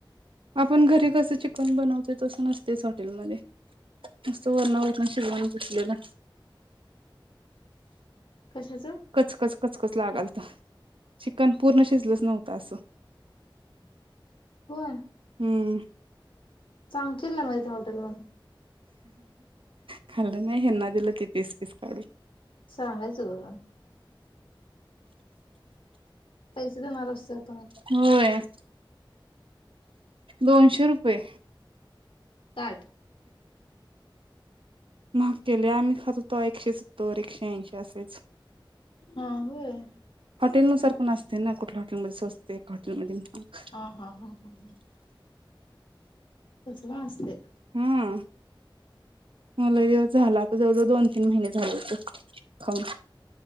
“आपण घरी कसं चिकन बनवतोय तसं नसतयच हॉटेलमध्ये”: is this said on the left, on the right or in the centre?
Right